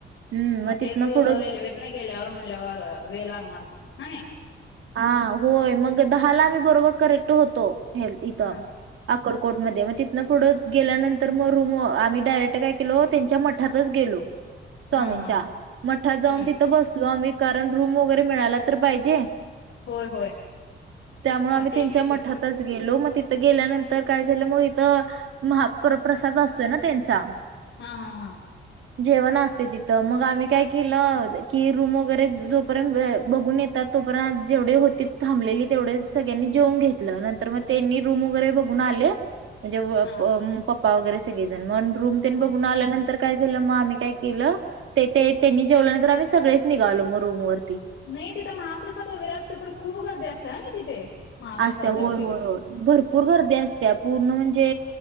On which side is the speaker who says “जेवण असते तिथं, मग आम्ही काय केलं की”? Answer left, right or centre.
Right